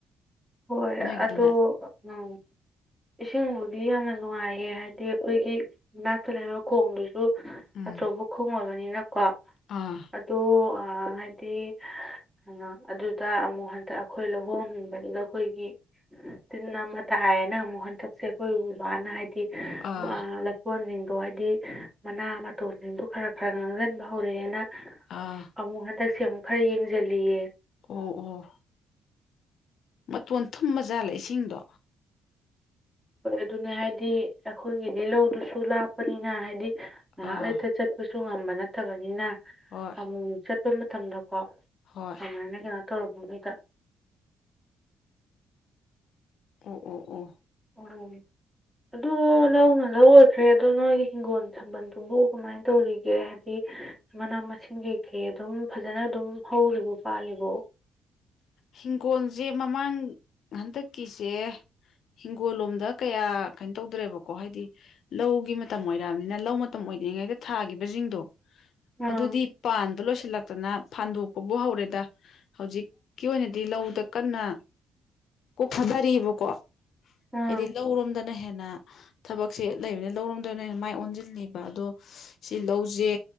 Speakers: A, in the centre; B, on the left.
A: ꯍꯣꯏ
B: ꯅꯣꯏꯒꯤꯗꯨꯅ
A: ꯑꯗꯣ ꯎꯝ ꯏꯁꯤꯡꯕꯨꯗꯤ ꯌꯥꯝꯅ ꯅꯨꯡꯉꯥꯏꯌꯦ ꯍꯥꯏꯗꯤ ꯑꯩꯈꯣꯏꯒꯤ ꯅꯥꯛꯇ ꯂꯩꯕ ꯈꯣꯡꯗꯨꯁꯨ
B: ꯎꯝ
A: ꯑꯆꯧꯕ ꯈꯣꯡ ꯑꯣꯏꯕꯅꯤꯅꯀꯣ
B: ꯑꯥ
A: ꯑꯗꯣ ꯑꯥ ꯍꯥꯏꯗꯤ ꯑ ꯑꯗꯨꯗ ꯑꯃꯨꯛ ꯍꯟꯗꯛ ꯑꯩꯈꯣꯏ ꯂꯧꯍꯣꯟ ꯍꯨꯟꯕꯗꯨꯗ ꯑꯩꯈꯣꯏꯒꯤ ꯇꯤꯟ ꯑꯃ ꯇꯥꯏꯌꯦꯅ ꯑꯃꯨꯛ ꯍꯟꯗꯛꯁꯦ ꯑꯩꯈꯣꯏ ꯕꯕꯥꯅ ꯍꯥꯏ
B: ꯑꯥ
A: <unintelligible> ꯀꯣꯟꯁꯤꯡꯗꯣ ꯍꯥꯏꯗꯤ ꯃꯅꯥ ꯃꯇꯣꯟꯁꯤꯡꯗꯣ ꯈꯔ ꯈꯔ ꯉꯥꯡꯁꯤꯟꯕ ꯍꯧꯔꯛꯑꯦꯅ
B: ꯑꯥ
A: ꯑꯃꯨꯛ ꯍꯟꯗꯛꯁꯦ ꯑꯃꯨꯛ ꯈꯔ ꯌꯦꯡꯁꯤꯜꯂꯨꯏꯌꯦ
B: ꯑꯣ ꯑꯣ ꯃꯇꯣꯟ ꯊꯨꯝꯕꯖꯥꯠꯂꯦ ꯏꯁꯤꯡꯗꯣ
A: ꯍꯣꯏ ꯑꯗꯨꯅꯦ ꯍꯥꯏꯗꯤ ꯑꯩꯈꯣꯏꯒꯤꯗꯤ ꯂꯧꯗꯨꯁꯨ ꯂꯥꯞꯄꯅꯤꯅ ꯍꯥꯏꯗꯤ ꯉꯥꯏꯍꯥꯛ
B: ꯑꯥ
A: ꯂꯩꯇ ꯆꯠꯄꯁꯨ ꯉꯝꯕ ꯅꯠꯇꯕꯅꯤꯅ
B: ꯍꯣꯏ
A: ꯑꯃꯨꯃꯨꯛ ꯆꯠꯄ ꯃꯇꯝꯗꯀꯣ
B: ꯍꯣꯏ
A: ꯑꯃꯥꯏꯅ ꯀꯩꯅ‌ꯣ ꯇꯧꯔꯛꯄꯒꯩꯗ
B: ꯑꯣ ꯑꯣ ꯑꯣ
A: ꯑꯣ ꯑꯗꯣ ꯂꯧꯅ ꯂꯧ ꯑꯣꯏꯈ꯭ꯔꯦ ꯑꯗꯣ ꯅꯣꯏꯒꯤ ꯍꯤꯡꯒꯣꯟ ꯁꯝꯕꯜꯗꯨꯕꯨ ꯀꯥꯃꯥꯏꯟ ꯀꯃꯥꯏꯟ ꯇꯧꯔꯤꯒꯦ ꯍꯥꯏꯗꯤ ꯃꯅꯥ ꯃꯁꯤꯡ ꯀꯩ ꯀꯩ ꯑꯗꯨꯝ ꯐꯖꯅ ꯑꯗꯨꯝ ꯍꯧꯔꯤꯕꯣ ꯄꯥꯜꯂꯤꯕꯣ
B: ꯍꯤꯡꯒꯣꯟꯁꯦ ꯃꯃꯥꯡ ꯍꯟꯗꯛꯀꯤꯁꯦ ꯍꯤꯡꯒꯣꯜ ꯂꯣꯝꯗ ꯀꯌꯥ ꯀꯩꯅꯣ ꯇꯧꯗ꯭ꯔꯦꯕꯀꯣ ꯍꯥꯏꯗꯤ ꯂꯧꯒꯤ ꯃꯇꯝ ꯑꯣꯏꯔꯛꯑꯝꯅꯤꯅ ꯂꯧ ꯃꯇꯝ ꯑꯣꯏꯗ꯭ꯔꯤꯉꯩꯗ ꯊꯥꯒꯤꯕꯁꯤꯡꯗꯣ
A: ꯑꯥ
B: ꯑꯗꯨꯗꯤ ꯄꯥꯟꯕ ꯂꯣꯏꯁꯤꯜꯂꯛꯇꯅ ꯐꯥꯟꯗꯣꯛꯄꯕꯨ ꯍꯧꯔꯦꯗ ꯍꯧꯖꯤꯛ ꯀꯤ ꯑꯣꯏꯅꯗꯤ ꯂꯧꯗ ꯀꯟꯅ ꯀꯣꯛ ꯊꯥꯗꯔꯤꯕꯀꯣ
A: ꯑꯥ
B: ꯍꯥꯏꯗꯤ ꯂꯧꯔꯣꯝꯗꯅ ꯍꯦꯟꯅ ꯊꯕꯛꯁꯦ ꯂꯩꯕꯅꯤꯅ ꯂꯧꯔ‌ꯣꯝꯗ ꯑꯣꯏꯅꯦ ꯃꯥꯏ ꯑꯣꯟꯁꯤꯜꯂꯤꯕ ꯑꯗꯣ ꯁꯤ ꯂꯧꯁꯦ